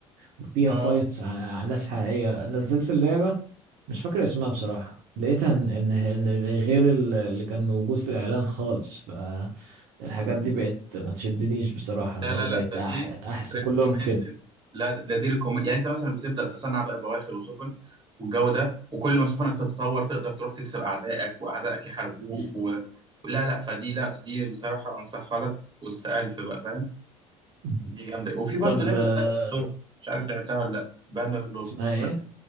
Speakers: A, on the right (about 60°); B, on the right (about 25°).
A: وفيها
B: اه
A: فايتس على ناس حقيقيه نزلت اللعبه مش فاكر اسمها بصراحة لقيتها ان ان إن غير ال- اللي كان موجود في الاعلان خالص فالحاجات دي بقت ما تشدنيش بصراحة اللي
B: لا لا
A: هو بقت
B: لا ده
A: أح-
B: دي
A: احس
B: ريكومندد
A: كلهم كده
B: لا ده ده دي ريكومند يعني انت مثلا بتبدا تصنع بقى بواخر وسفن والجو ده وكل ما سفنك تتطور تقدر تروح تكسب اعدائك واعدائك يحاربوك
A: <laughs>
B: و... لا لا فدي لا دي بصراحه انصحها لك والس الف بقى فاهم
A: مم.
B: دي جامده وفي برضه
A: طب
B: لعبه
A: آه،
B: بانر لورد مش عارف لعبتها ولا لا بانر لورد
A: اسمها
B: اسمها
A: ايه